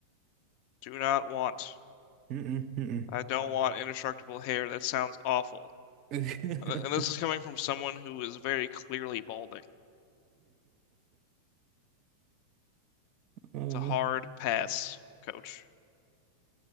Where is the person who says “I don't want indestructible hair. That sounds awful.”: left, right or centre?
Left